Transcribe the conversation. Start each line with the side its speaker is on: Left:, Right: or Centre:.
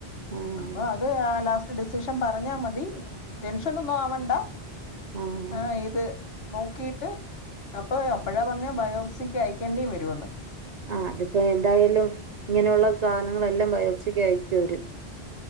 Right: ആഹ്
Left: അപ്പൊ അത് ആ ലാസ്റ്റ് ഡിസിഷൻ പറഞ്ഞാ മതി. ടെൻഷൻ ഒന്നും ആവണ്ട
Right: ആഹ്
Left: ആ ഇത് നോക്കിട്ട് അപ്പൊ അപ്പഴാ പറഞ്ഞ ബയോപ്സിക്ക് അയക്കേണ്ടേ വരുമെന്ന്.
Right: ആ അതിപ്പോ എന്തായാലും ഇങ്ങനെയുള്ള സാധനങ്ങളെല്ലാം ബയോപ്‌സിക്ക് അയക്കും അവര്.